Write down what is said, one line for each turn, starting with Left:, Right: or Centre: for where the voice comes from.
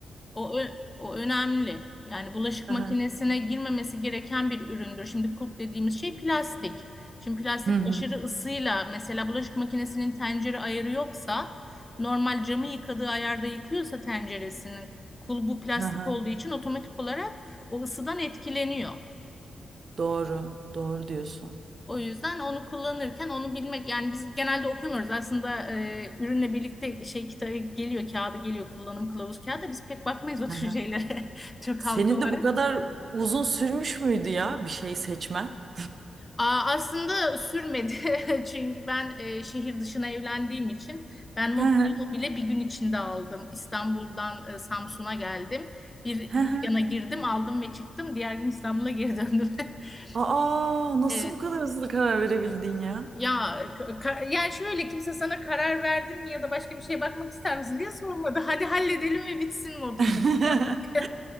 Left: O, ö- o önemli. Yani bulaşık
Right: Aha.
Left: makinesine girmemesi gereken bir üründür. Şimdi kulp dediğimiz şey plastik. Şimdi plastik
Right: Hı hı.
Left: aşırı ısıyla mesela bulaşık makinesinin tencere ayarı yoksa normal camı yıkadığı ayarda yıkıyorsa tenceresinin kulbu plastik
Right: Hı hı.
Left: olduğu için otomatik olarak o ısıdan etkileniyor.
Right: Doğru. Doğru diyorsun.
Left: O yüzden onu kullanırken onu bilmek yani biz genelde okumuyoruz. Aslında e, ürünle birlikte şey kitabı geliyor, kağıdı geliyor, kullanım kılavuz kağıdı. Biz pek bakmayız o
Right: Hı
Left: tür
Right: hı.
Left: şeylere. <laughs> Türk
Right: Senin
Left: halkı olarak.
Right: de bu kadar uzun sürmüş müydü ya bir şey seçmen?
Left: Aa, aslında sürmedi <laughs> çünkü ben e, şehir dışına evlendiğim için ben mobilyamı
Right: Hı hı.
Left: bile bir gün içinde aldım. İstanbul'dan e, Samsun'a geldim. Bir
Right: Hı
Left: dükkana
Right: hı.
Left: girdim, aldım ve çıktım. Diğer gün İstanbul'a geri döndüm. <laughs>
Right: Aa, nasıl
Left: Evet.
Right: bu kadar hızlı karar verebildin ya?
Left: Ya ka- ka- yani şöyle kimse sana karar verdin mi ya da başka bir şeye bakmak ister misin diye sormadı. Hadi halledelim ve bitsin modunda
Right: <laughs>
Left: biz yaptık.